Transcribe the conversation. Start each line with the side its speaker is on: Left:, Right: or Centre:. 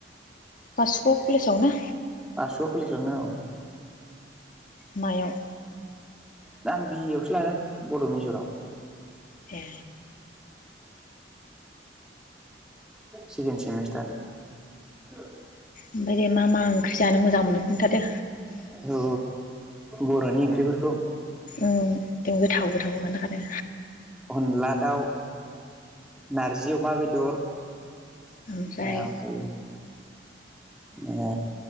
Left: बासुगाव कलेज आव नो?
Centre: बासुगाव कलेसावनो औ‌।
Left: मायाव
Centre: द आं बिए आवसो लादों बड' मेजराव
Left: ए
Centre: सेकेन्ड सेमिस्टार <unintelligible>
Left: ओमफ्राय दे मा मा ओंख्रि जानो मोजां मोनो। खोन्थादो
Centre: औ बर'नि ओंख्रिफोर
Left: ओं गोथाव गोथावबो खोन्थाखादों
Centre: अनला दाउ नारजि अमा बेदर
Left: ओमफ्राय
Centre: ओमफ्रायो ओ